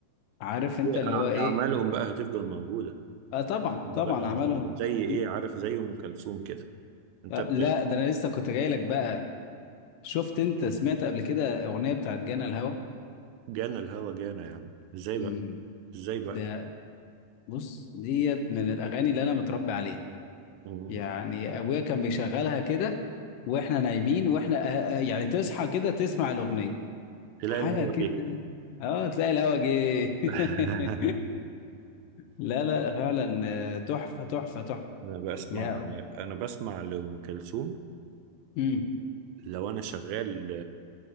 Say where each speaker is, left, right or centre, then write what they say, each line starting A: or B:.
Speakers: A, on the left; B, on the right.
A: عارف انت
B: هي
A: اللي
B: أع-
A: هو ايه
B: اعمالهم بقى هتفضل موجوده
A: اه طبعا
B: بقى
A: طبعا اعمالهم
B: زي ايه
A: م.
B: عارف زي ام كلثوم كده انت
A: آه
B: ب-
A: لا ده انا لسه كنت جاي لك بقى شفت انت سمعت قبل كده اغنية بتاعت جانا الهوى
B: جانا الهوى جانا يا عم ازاي
A: مم.
B: بقى ازاي بقى
A: ده بص ديت من الاغاني اللي انا متربي عليها
B: م-
A: يعني ابويا كان بيشغلها كده واحنا نايمين واحنا آه آه يعني تصحى كده تسمع الاغنيه
B: تلاقي
A: حاجه
B: الهوى
A: كده
B: جه
A: اه تلاقي الهوا جه
B: <laughs>
A: <laughs> لا لا فعلا آه، تحفه تحفه تحفه
B: انا بسمع
A: يا
B: انا بسمع لام كلثوم
A: امم
B: لو انا شغال